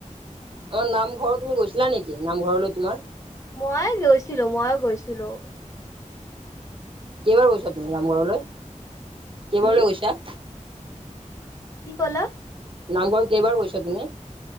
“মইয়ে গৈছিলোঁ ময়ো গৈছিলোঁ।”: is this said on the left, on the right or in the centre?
Left